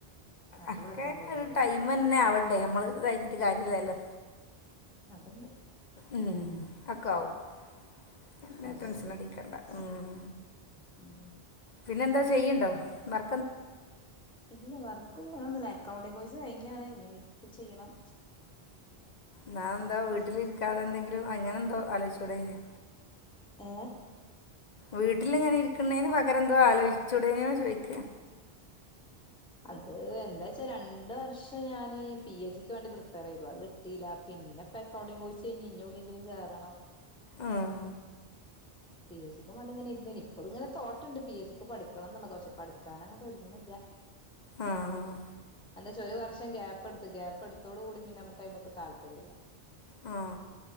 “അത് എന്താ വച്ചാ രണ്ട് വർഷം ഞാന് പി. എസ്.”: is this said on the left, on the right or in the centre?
Centre